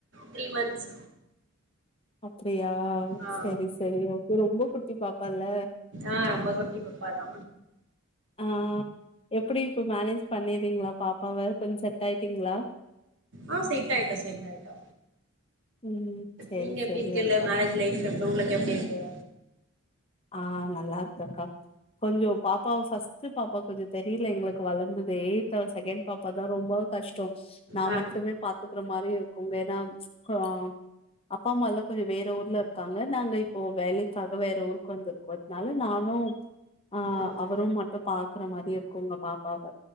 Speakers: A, on the right; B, on the left.
A: த்ரீ மந்த்ஸ்
B: அப்டியா
A: ஆ
B: செரி செரி ஓகே ரொம்ப குட் குட்டி பாப்பா இல்ல
A: ஆஹ் ரொம்ப குட்டி பாப்பாதா
B: ஆஹ் எப்படி இப்ப மேனேஜ் பண்ணிறீங்களா பாப் பவ கொஞ் செட் ஆயிட்டீங்களா
A: ஆஹ் செட் ஆயிட்டோ செட் ஆயிட்டோ
B: ம் சரி
A: நீங்க எப்டி
B: சரி
A: இருக்கேலு
B: அக்கா
A: மேரேஜ் லைஃப் இப்ப உங்களுக்கு எப்டி இருக்கு
B: ஆஹ் நல்லா இருக்குக்கா கொஞ்சோ பாப்பா ஃபர்ஸ்ட்டு பாப்பா கொஞ்ச தெரியல எங்களுக்கு வளந்ததே இதோ செகண்ட் பாப்பா தா ரொம்ப கஷ்டோ நா
A: ஆ ஆ
B: மட்டுமே பாத்துக்கிற மாரி இருக்கு ஏனா அ அப்பா அம்மா எல்லா கொஞ்ச வேற ஊர்ல இருக்காங்க நாங்க இப்போ வேலைக்காக வேற ஊர் கொஞ்சம் கொத்னால நானு ஆஹ்
A: ம்
B: அவரு மட்டு பா இருக்குற மாரி இருக்குங்க பாப்பாவ